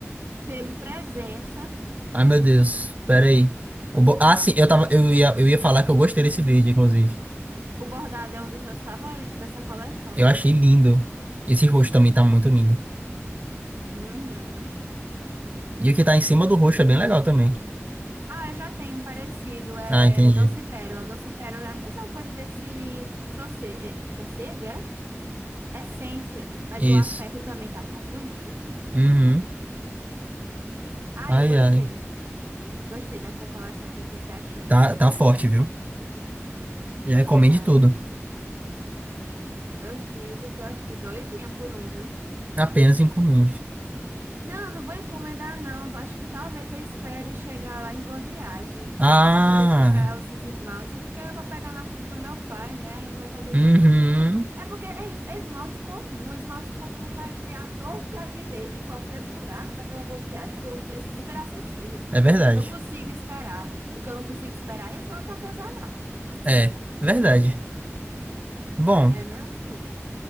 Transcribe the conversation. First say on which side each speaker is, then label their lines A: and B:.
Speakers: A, on the right; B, on the right.
A: pelo presença.
B: Ai, meu Deus. Pera aí. O bo- Ah, sim, eu tava, eu ia, eu ia falar que eu gostei desse verde, inclusive.
A: O bordado é um dos meus favoritos dessa coleção,
B: Eu
A: viu?
B: achei lindo. Esse roxo também tá muito lindo.
A: Uhum.
B: E o que tá em cima do roxo é bem legal também.
A: Ah, eu já tenho um parecido, é
B: Ah, entendi.
A: Doce Pérola. Doce Pérola é a mesma coisa desse sosse- é, sossego, é? É Essência, mas
B: Isso.
A: o afeto também tá tão bonito.
B: Uhum.
A: Ah,
B: Ai,
A: eu gostei.
B: ai.
A: Gostei dessa coleção. O que que você achou?
B: Tá, tá forte, viu? E aí, encomende
A: É,
B: tudo.
A: meu filho, tô aqui doidinha por um, viu?
B: Apenas encomende.
A: Não, não vou encomendar, não. Acho que talvez eu espere chegar lá em Boa Viagem
B: Ah.
A: para poder comprar esses esmalte, porque eu vou pegar na conta do meu pai, né? Aí não vai fazer
B: Uhum.
A: tanto. É porque é esmalte comum, esmalte comum vai ter a torta e a direita em qualquer buraco daquela Boa Viagem por um preço super acessível.
B: É verdade.
A: Eu consigo esperar. O que eu não consigo esperar é esmalte artesanal.
B: É, é verdade. Bom,
A: É, meu filho,